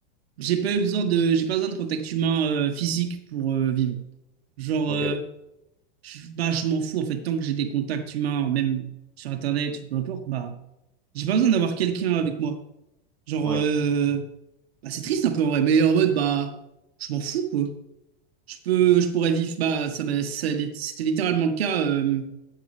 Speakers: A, on the right; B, in the centre.
A: j'ai pas eu besoin de, j'ai pas besoin de contact humain euh, physique pour euh, vivre. Genre,
B: Ok,
A: euh,
B: ouais.
A: je, bah, je m'en fous en fait, tant que j'ai des contacts humains, même sur Internet ou peu importe, bah, j'ai pas besoin d'avoir quelqu'un avec moi. Genre,
B: Ouais,
A: euh, bah, c'est triste un peu en vrai, mais en mode, bah, je m'en fous quoi. Je peux, je pourrais vivre, bah, ça, m'a- ça l'est- c'était littéralement le cas euh,